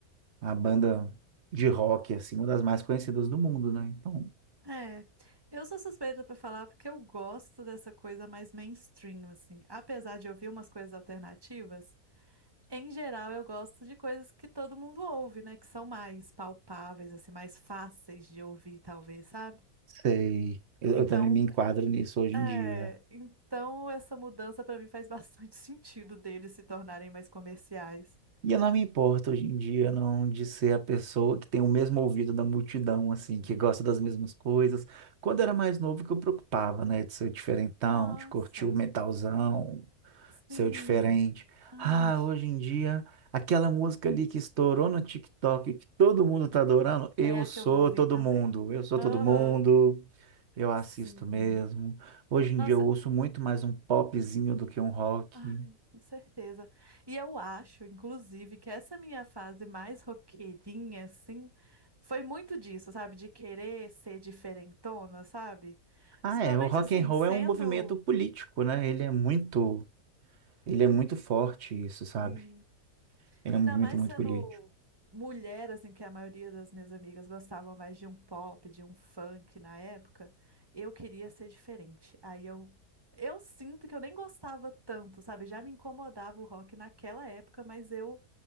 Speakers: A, on the right; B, on the right.
A: a banda de rock, assim, uma das mais conhecidas do mundo, né? Então,
B: É, eu sou suspeita pra falar porque eu gosto dessa coisa mais mainstream, assim. Apesar de ouvir umas coisas alternativas, em geral eu gosto de coisas que todo mundo ouve, né? Que são mais palpáveis, assim, mais fáceis de ouvir, talvez, sabe?
A: sei. Eu,
B: Então,
A: eu também me enquadro nisso hoje em
B: é,
A: dia.
B: então essa mudança pra mim faz bastante <laughs> sentido deles se tornarem mais comerciais.
A: E eu não me importo hoje em dia, não, de ser a pessoa que tem o mesmo ouvido da multidão, assim, que gosta das mesmas coisas. Quando era mais novo, que eu preocupava, né? De ser diferentão,
B: Nossa,
A: de curtir o metalzão,
B: sim.
A: seu diferente.
B: Ai.
A: Ah, hoje em dia, aquela música ali que estourou no TikTok, que todo mundo tá adorando, eu
B: É a
A: sou
B: que eu vou ouvir
A: todo
B: também.
A: mundo, eu sou
B: Aham.
A: todo mundo, eu assisto
B: Sim.
A: mesmo. Hoje em
B: Nossa,
A: dia eu ouço muito mais um popzinho do que um rock.
B: ai, com certeza. E eu acho, inclusive, que essa minha fase mais roqueirinha, assim, foi muito disso, sabe? De querer ser diferentona, sabe?
A: Ah,
B: Principalmente,
A: é, o rock
B: assim,
A: and roll
B: sendo.
A: é um movimento político, né? Ele é muito, ele é muito forte isso, sabe?
B: assim,
A: Ele
B: Ainda
A: é um movimento
B: mais
A: muito
B: sendo
A: político.
B: mulher, assim, que a maioria das minhas amigas gostavam mais de um pop, de um funk na época, eu queria ser diferente. Aí eu, eu sinto que eu nem gostava tanto, sabe? Já me incomodava o rock naquela época, mas eu